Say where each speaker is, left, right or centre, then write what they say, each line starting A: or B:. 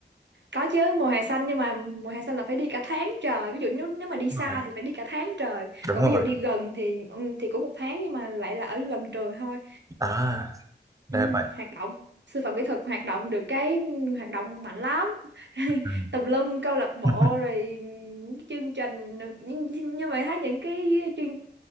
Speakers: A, on the right; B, on the right.
A: có chứ mùa hè xanh nhưng mà mùa hè xanh là phải đi cả tháng trời ví dụ nếu nếu mà
B: Đúng
A: đi xa
B: rồi.
A: thì phải đi cả tháng trời
B: Đúng
A: còn
B: rồi.
A: ví dụ đi gần thì ừ, thì cũng một tháng nhưng mà lại là ở gần trường thôi
B: À,
A: Ừ,
B: ra vậy.
A: hoạt động sư phạm kỹ thuật hoạt động được cái hoạt động mạnh lắm <laughs>
B: Ừ.
A: tùm lum câu lạc bộ
B: <laughs>
A: rồi những chương trình nhưng, nhưng mà thấy những cái chương